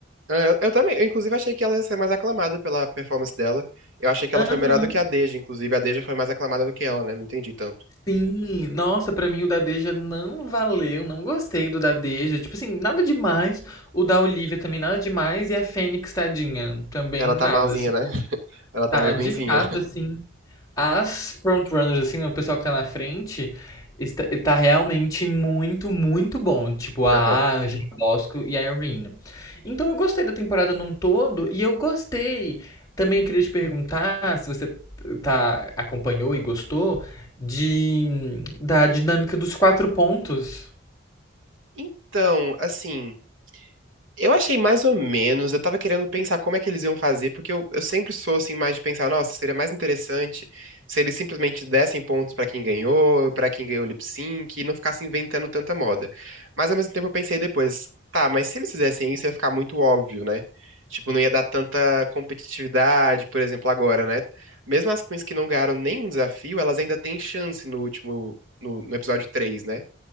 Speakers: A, on the right (about 70°); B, on the left (about 15°).
A: É, Eu, eu também, eu inclusive achei que ela ia ser mais aclamada pela performance dela. Eu achei que
B: Aham,
A: ela foi melhor do que a Deja, inclusive a Deja foi mais aclamada do que ela, né? Não entendi tanto.
B: sim. Nossa, pra mim o da Deja não valeu, não gostei do da Deja. Tipo assim, nada demais. O da Olivia também nada demais. E a Fênix, tadinha, também
A: Ela
B: nada,
A: tá malzinha,
B: assim.
A: né? <laughs> Ela tá
B: Tá,
A: meio
B: de
A: ruinzinha.
B: fato, assim. as frontrunners, assim, né, o pessoal que tá na frente, está, tá realmente muito, muito bom. Tipo, a
A: Aham.
B: Aja, a Bosco e a Irene. Então eu gostei da temporada num todo e eu gostei. Também eu queria te perguntar se você tá, acompanhou e gostou de, da dinâmica dos quatro pontos.
A: Então, assim. Eu achei mais ou menos, eu tava querendo pensar como é que eles iam fazer, porque eu, eu sempre sou assim mais de pensar, nossa, seria mais interessante se eles simplesmente dessem pontos pra quem ganhou, pra quem ganhou o lip sync, e não ficassem inventando tanta moda. Mas ao mesmo tempo eu pensei depois, tá, mas se eles fizessem isso ia ficar muito óbvio, né? Tipo, não ia dar tanta competitividade, por exemplo, agora, né? Mesmo as queens que não ganharam nenhum desafio, elas ainda têm chance no último, no, no episódio 3, né?